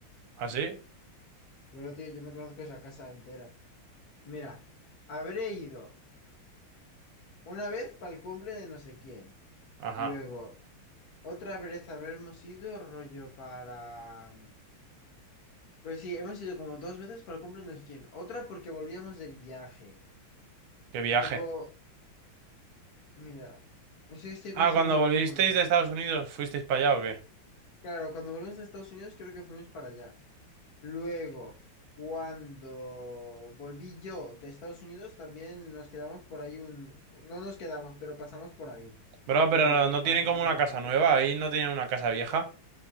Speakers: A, on the right; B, on the left.
A: ¿Así?
B: Pero tío, yo me conozco esa casa entera. Mira, habré ido una vez para el cumple de no sé quién.
A: Ajá.
B: Luego, otra vez habremos ido rollo para... Pues sí, hemos ido como dos veces para el cumple de no sé quién. Otra porque volvíamos de viaje.
A: Qué viaje.
B: Tipo, Mira, sí estoy pensándolo
A: Ah, cuando volvisteis
B: bien porque,
A: de Estados Unidos, ¿fuisteis para allá o qué?
B: claro, cuando volvimos a Estados Unidos creo que fuimos para allá. Luego, cuando volví yo de Estados Unidos también nos quedamos por ahí un, no nos quedamos, pero pasamos por ahí,
A: Bro,
B: tipo
A: pero no, no
B: para
A: tienen
B: quedar
A: como una
B: un ratillo.
A: casa nueva. Ahí no tienen una casa vieja.